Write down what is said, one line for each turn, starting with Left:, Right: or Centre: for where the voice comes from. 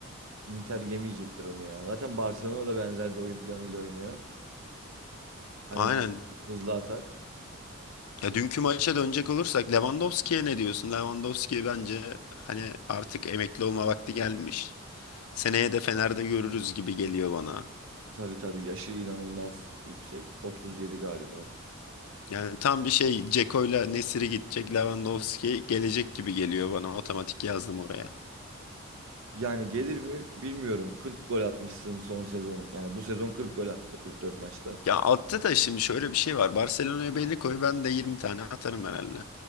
Right: Inter yemeyecektir onu ya. Zaten Barcelona da benzer bir oyun planıyla oynuyor. Hani
Left: Aynen.
Right: hı- hızlı atak.
Left: Ya dünkü maça dönecek olursak Lewandowski'ye ne diyorsun? Lewandowski bence hani artık emekli olma vakti gelmiş. Seneye de Fener'de görürüz gibi geliyor bana.
Right: Tabii tabii yaşı inanılmaz yüksek. 37 galiba.
Left: Yani tam bir şey Ceko'yla Nesiri gidecek, Lewandowski gelecek gibi geliyor bana. Otomatik yazdım oraya.
Right: Yani gelir mi bilmiyorum. 40 gol atmışsın son sezon. Yani bu sezon 40 gol attı 44 maçta.
Left: Ya altta da şimdi şöyle bir şey var. Barcelona'ya belli koy ben de 20 tane atarım herhalde.